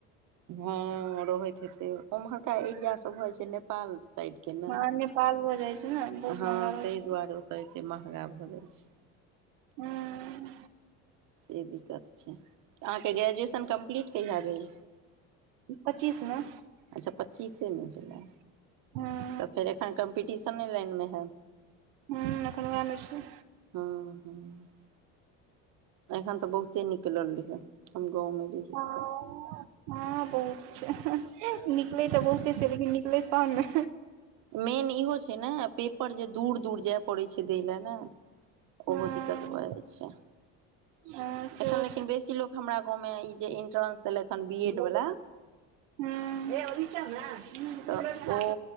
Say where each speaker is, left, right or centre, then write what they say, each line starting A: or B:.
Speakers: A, on the right (about 60°); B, on the right (about 85°).
A: हँ रहैत हेते ओमहरका एरिया सब भ जाइ छै नेपाल साइड के ना
B: हँ नेपाल भऽ जाइ छै ने बहुत
A: हँ
B: महगा रहै
A: ताहि
B: छै
A: दुआरे ओतऽ एते महंगा भऽ जाइ छै
B: हं
A: से दिक्कत छै अहाँके ग्रेजुएशन कम्प्लीट कहिया भेल
B: पच्चीस मे
A: अच्छा पच्चीसेमे भेलै
B: हँ
A: तऽ फेर एखन कम्पिटिशने लाइन मे हैब
B: हं एखन वैह मे छी
A: <inaudible> एखन तऽ बहुते निकलल रहे हम गाँव में रहियै
B: हँ
A: तऽ
B: हँ बहुत छै निकलैत तऽ बहुते छै लेकिन निकलै तहन ने
A: मेन इहो छै ने पेपर जे दूर दूर जाए पड़ैत छै दै ल ने
B: हँ
A: ओहो दिक्कत भ जाइ छै
B: हँ सेहो
A: एखन लेकिन बेसी लोक हमरा गाँवमें ई जे इंट्रास दलैथ ह
B: छै
A: बी एड वाला
B: <inaudible> <unintelligible>
A: तऽ
B: हाथ
A: ओ